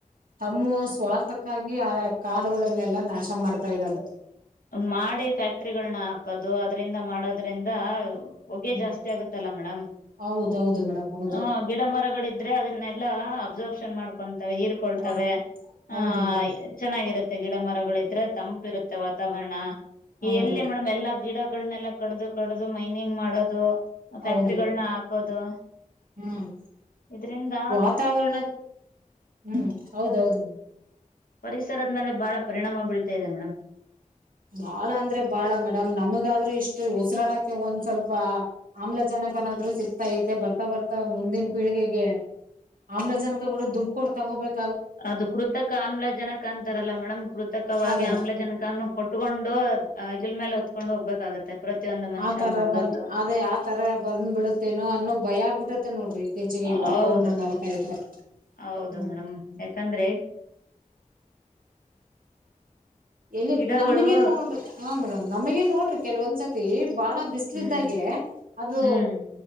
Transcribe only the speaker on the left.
ಮಾಡಿ ಫ್ಯಾಕ್ಟ್ರಿಗಳನ್ನ ಹಾಕದು ಅದ್ರಿಂದ ಮಾಡೋದ್ರಿಂದ. ಹೊಗೆ
ಜಾಸ್ತಿ ಆಗುತ್ತಲ್ಲ ಮೇಡಮ್.
ಹ ಗಿಡ ಮರಗಳಿದ್ರೆ ಅದನ್ನೆಲ್ಲಾ ಅಬ್ಸರ್ಬ್ ಮಾಡ್ಕೊತಾವ ಹೀರ್ಕೊಳ್ತಾವೆ
ಆ
ಚೆನ್ನ ತೆ ಗಿಡ ಮರಗಳಿದ್ರೆ ತಂಪಿರುತ್ತೆವ ವಾ ತಾವರಣ.
ಎಲ್ಲಿ ಮೇಡಮ್ ಎಲ್ಲಾ ಗಿಡಗಳನೆಲ್ಲ. ಕಡ್ದು. ಕಡದು ಮೈನಿಂಗ್ ಮಾಡೋದು ಫ್ಯಾಕ್ಟ್ರಿಗಳನ್ನ
ಹಾಕೋದು
ಇದ್ರಂದ.
ಪರಿಸರದ ಮೇಲೆ ಬಾಳ ಪರಿಣಾಮ ಬೀಳ್ತಾ ಇದೆ ಮೇಡಮಂ.
ಅದು ಕೃತಕ ಆಮ್ಲಜನಕ ಅಂತಾರಲ್ಲ ಮೇಡಮ್ ಕೃತಕವಾಗಿ
ಆಮ್ಲಜನಕನು ಕೊಟ್ಕೊಂಡು ಹೆಗಲ್ ಮೇಲೆ ಹೊತ್ಕೊಂಡು ಹೋಗ್ಬೇಕಾಗತ್ತೆ. ಪ್ರತಿಯೊಂದು ಮನುಷ್ಯನು
ಒಂದೊಂದು
ಹೌದ
ಹೌದು
ಮೇಡಮ್ ಯಾಕಂದ್ರೆ.
ಗಿಡಗಳು
ಹ್ಮ್
ಹ್ಮ್